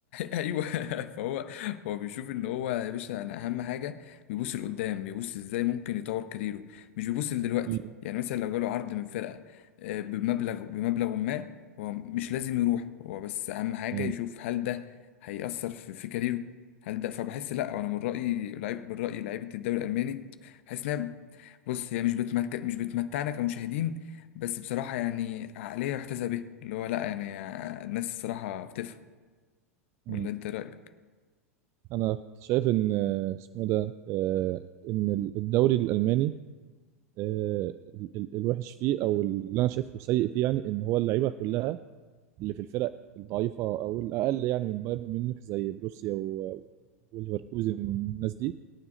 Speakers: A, on the left; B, on the right.
A: ايوه <laughs> فهو هو بيشوف ان هو يا باشا انا اهم حاجه بيبص لقدام بيبص ازاي ممكن يطور كاريره مش بيبص لدلوقتي
B: <laughs> مم.
A: يعني مثلا لو جاله عرض من فرقه آه، بمبلغ بمبلغ ما هو مش لازم يروح هو بس اهم حاجه
B: مم.
A: يشوف هل ده هيأثر في, في كاريره هل ده فبحس لا انا من رأيي لعيب من رأيي لعيبه الدوري الالماني بحس انها بص هي مش بتمك... مش بتمتعنا كمشاهدين بس بصراحه يعني عقليه يحتذى بها اللي هو لا يعني الناس الصراحه بتفهم
B: مم.
A: ولا انت إيه رأيك
B: انا كنت شايف ان آه، اسمه إيه ده آه، ان الدوري الالماني آه، ال- ال- الوحش فيه او اللي انا شايفه سيء فيه يعني ان هو اللعيبه كلها اللي في الفرق الضعيفه او الاقل يعني من بايرن ميونخ زي بروسيا و- وليفركوزن والناس دي